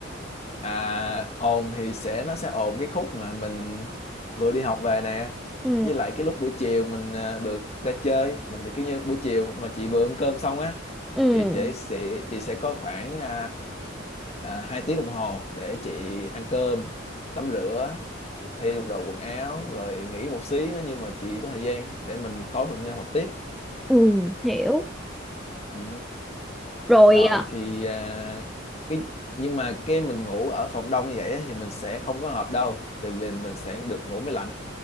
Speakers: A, on the left; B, in the centre.
A: à, ồn thì sẽ nó sẽ ồn cái khúc mà mình vừa đi học về nè
B: ừ
A: với lại cái lúc buổi chiều mình à, được ra chơi mình được kiểu như buổi chiều mà chị vừa ăn cơm xong á
B: ừ
A: thì chị sẽ chị sẽ có khoảng à, à, hai tiếng đồng hồ để chị ăn cơm tắm rửa thay đồ quần áo rồi nghỉ một xí nữa nhưng mà chị có thời gian để mình tối mình đi học tiếp
B: Ừ, hiểu.
A: ừ
B: rồi
A: rồi
B: à,
A: thì à, cái nhưng mà cái mình ngủ ở phòng đông như vậy á, thì mình sẽ không có hợp đâu tại vì mình sẽ được ngủ máy lạnh